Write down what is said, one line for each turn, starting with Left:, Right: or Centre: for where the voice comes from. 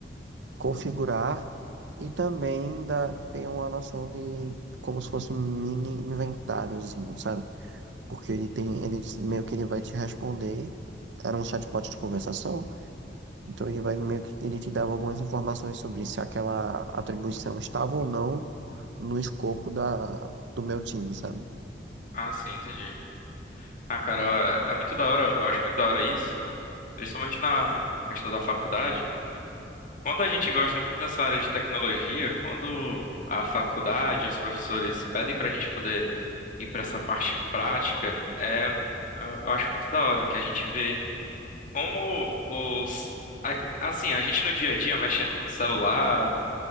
Right: configurar e também dar, ter uma noção de como se fosse um mini inventáriozinho, sabe? porque ele tem, ele meio que ele vai te responder. Era um chatbot de conversação, então ele vai meio que ele te dava algumas informações sobre se aquela atribuição estava ou não no escopo da, do meu time, sabe?
Left: Ah, sim, entendi. Ah, cara, é é muito da hora, eu acho muito da hora isso, principalmente na questão da faculdade. Quando a gente gosta muito dessa área de tecnologia, quando a faculdade, os professores pedem pra gente poder ir pra essa parte prática, é, eu eu acho muito da hora que a gente vê Como os. a- Assim, a gente no dia a dia, mexendo no celular,